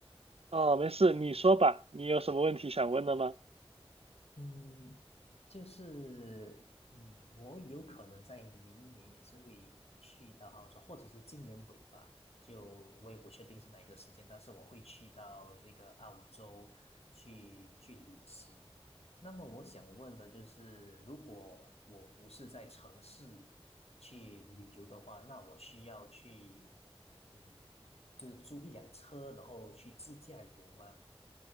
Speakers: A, on the right; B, on the left.
A: 哦，没事，你说吧，你有什么问题想问的吗？
B: 嗯，就是嗯，我有可能在明年也是会去到澳洲，或者是今年尾吧，就我也不确定是哪一个时间，但是我会去到这个澳洲去去旅行。那么我想问的就是，如果我不是在城市里去旅游的话，那我需要去嗯，就是租一辆车，然后去自驾游吗？